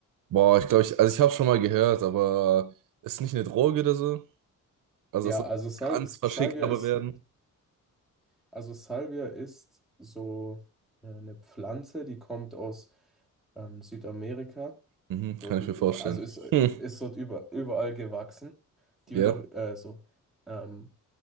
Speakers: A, on the right; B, in the centre.
A: Boah, ich glaube, ich, also ich habe schon mal gehört, aber ist nicht eine Droge oder so? Also
B: Ja,
A: das soll
B: also Sal
A: ganz
B: Salvia
A: verschickt aber
B: ist,
A: werden.
B: also Salvia ist so äh, eine Pflanze, die kommt aus ähm, Südamerika.
A: Mhm,
B: Dort,
A: kann ich
B: üb-
A: mir vorstellen.
B: also ist,
A: Hm.
B: ist dort über, überall gewachsen. Die
A: Ja.
B: wird auch äh, so ähm,